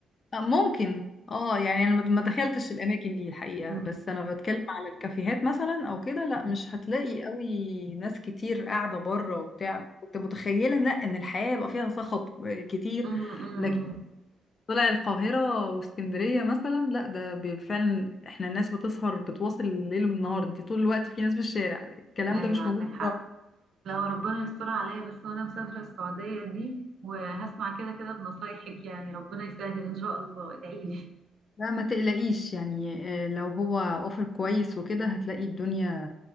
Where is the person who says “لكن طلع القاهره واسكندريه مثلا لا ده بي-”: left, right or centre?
Left